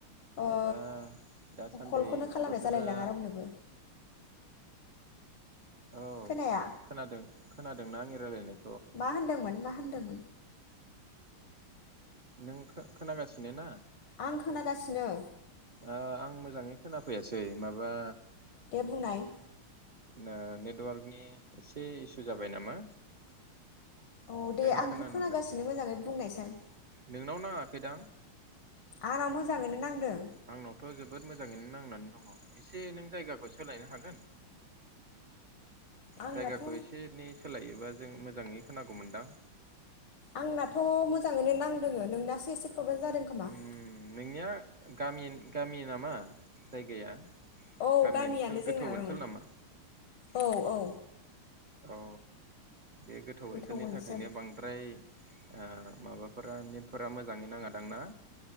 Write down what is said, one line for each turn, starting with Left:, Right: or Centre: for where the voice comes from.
Right: माबा
Left: ओ
Right: दासान्दि
Left: कलखौनो खालामनाय
Right: बोथोरा
Left: जालायलाङा रावनोबो।
Right: औ
Left: खोनाया
Right: खोनादों खोनादोंना आं। रायलायनाय।
Left: मा होनदोंमोन मा। होनदोंमोन
Right: नों खो खोनागासिनो ना।
Left: आं खोनागासिनो।
Right: ओ आं मोजाङै खोनाफैयासै माबा।
Left: दे बुंनाय।
Right: ओ नेटवार्कनि एसे इसु जाबाय नामा।
Left: औ
Right: ओंखायनो
Left: दे आंथ'
Right: खोनानो
Left: खोनागासिनो
Right: मोनाखै
Left: मोजाङै बुंनायसाय।
Right: नोंनाव नाङाखैदां।
Left: आंनाव मोजाङैनो नांदों।
Right: आंनावथ' जोबोद मोजाङैनो नांनानै दङ एसे नों जायगाखौ सोलायनो हागोन।
Left: आंनाथ'
Right: जायगाखौ एसेनि सोलायो बा। जों मोजाङै खोनांगौ मोनदां।
Left: आंनाथ' मोजाङैनो नांदोङो नोंनासो एसे प्रबलेम जादों खोमा।
Right: उम नोंनिया गामि गामि नामा जायगाया?
Left: औ
Right: गामि
Left: गामियानो
Right: ओनसोल गोथौ
Left: जोंना
Right: ओनसोल
Left: ओं
Right: नामा?
Left: औ औ।
Right: अ बे गोथौ
Left: गोथौआनोसै
Right: ओनसोलनि थाखायनो बांद्राय ओ माबाफोरा नेटफोरा मोजाङै नाङादां ना?